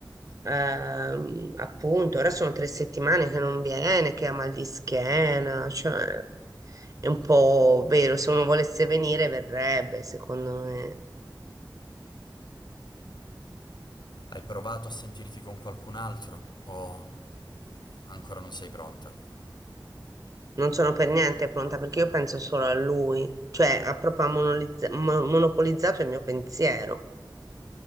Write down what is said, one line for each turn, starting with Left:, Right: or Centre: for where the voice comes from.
Right: ehm, appunto, ora sono tre settimane che non viene, che ha mal di schiena, cioè è un po' vero, se uno volesse venire verrebbe, secondo me.
Left: Hai provato a sentirti con qualcun altro o ancora non sei pronta?
Right: Non sono per niente pronta perché io penso solo a lui, cioè ha proprio monolizza- mo- monopolizzato il mio pensiero.